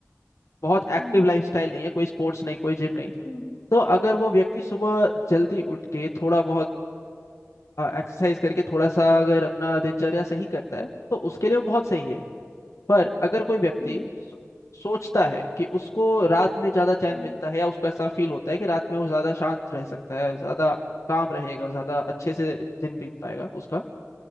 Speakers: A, on the left; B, on the left.
A: बहुत एक्टिव
B: हम्म
A: लाइफस्टाइल नहीं है कोई स्पोर्ट्स नहीं कोई जिम नहीं
B: हम्म
A: तो अगर वो व्यक्ति सुबह जल्दी उठ के थोड़ा बहुत एक्सरसाइज करके थोड़ा सा अगर अपना दिनचर्या सही करता है तो उसके लिए वो बहुत सही है पर अगर कोई व्यक्ति
B: हम्म,
A: सो- सोचता है कि उसको रात में ज्यादा चैन
B: हम्म।
A: मिलता है या उसको ऐसा फील होता है कि रात में वो ज्यादा शांत रह सकता है ज्यादा काम रहेगा ज्यादा अच्छे से दिन बीत पाएगा उसका